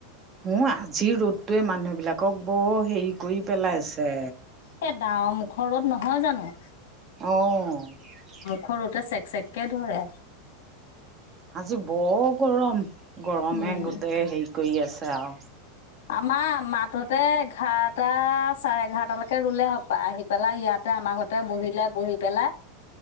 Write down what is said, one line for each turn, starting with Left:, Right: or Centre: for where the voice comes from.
Right: অ আজিৰ ৰ'দটোৱে মানুহবিলাকক ব হেৰি কৰি পেলাইছে।
Left: সে ডাৱৰ মুখ ৰদ নহয় জানো।
Right: অ'।
Left: ঘৰুতে চেক চেক কে ধৰে।
Right: আজি ব গৰম গৰমে
Left: উম
Right: গোটেই হেৰি কৰি আছে আও।
Left: আমাৰ মাতোতে ঘাৰটা চাৰে ঘাৰটালেকে ৰুলে আও পাহি। পেলাই ইয়াতে আমাৰ ঘৰতে বহিলে বহি পেলাই।